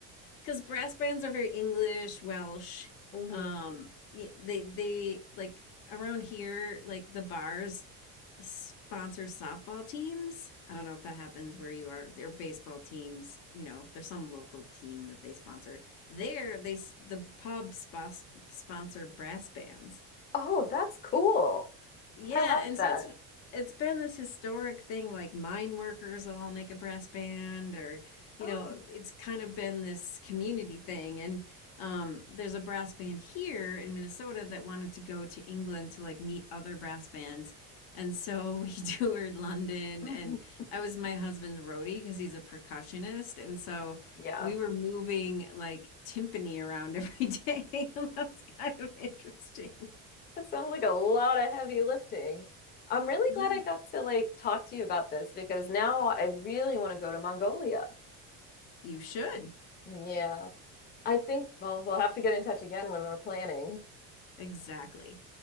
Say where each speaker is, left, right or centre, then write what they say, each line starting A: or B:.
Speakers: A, on the left; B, on the left.
A: because brass bands are very English, Welsh.
B: Mhm.
A: Um, y- they they like around here, like the bars sponsor softball teams. I don't know if that happens where you are. They're baseball teams. You know, there's some local team that they sponsor. There, they s- the pub spos- sponsor brass bands.
B: Oh, that's cool.
A: Yeah,
B: I love
A: and
B: that.
A: so it's it's been this historic thing like mine workers all make a brass band or you
B: Oh,
A: know, it's kind of been this community thing and um there's a brass band here in Minnesota that wanted to go to England to like meet other brass bands. And so we <laughs> toured London
B: <laughs>
A: and I was my husband's roadie because he's a percussionist and so
B: yeah,
A: we were moving like timpani around every day <laughs> and that was kind of interesting.
B: that sounds like a lot of heavy lifting. I'm really
A: Ye-
B: glad I got to like talk to you about this because now I really want to go to Mongolia.
A: You should.
B: Yeah. I think, well, we'll have to get in touch again when we're planning.
A: Exactly.